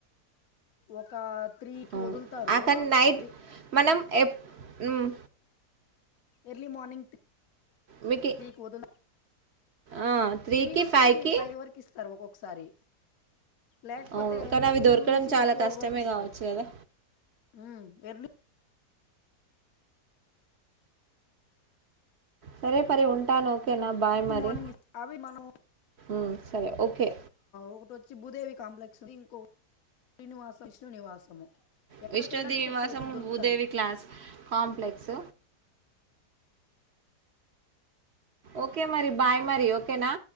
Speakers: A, on the left (about 65°); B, on the right (about 55°).
A: ఒకాత్ త్రీకి
B: ఆ
A: వదులుతారు
B: కానీ నైట్
A: త్రీ
B: మనం ఎప్ మ్
A: ఎర్లీ మార్నింగ్ త్రి
B: మీకి
A: త్రి కి వదులు
B: ఆ త్రీకి
A: త్రీ నుంచి
B: ఫైవ్కి
A: ఫైవ్ వరకు ఇస్తారు ఒక్కొక్కసారి లేకపోతే
B: అవును కానీ అవి
A: టూ
B: దొరకడం
A: నుంచి
B: చాలా
A: ఫోర్
B: కష్టమే
A: వరకు ఇస్తారు
B: కావచ్చు కదా
A: ఉ ఎర్లీ
B: సరే పరి ఉంటాను ఓకేనా బాయ్
A: లీ
B: మరి
A: మార్నింగ్ అవి మనం
B: మ్ సరే ఓకే
A: ఒకటి వచ్చి చి భూదేవి కాంప్లెక్స్ది ఇంకో శ్రీనివాస విష్ణు నివాసము ఎక్కడికి
B: విష్ణు
A: వెళ్ళినా
B: దివాసము
A: టికెట్స్ అయితే దొరుకుతుంది
B: భూదేవి క్లాస్ కాంప్లెక్స్ ఓకే మరి బాయ్ మరి ఓకేనా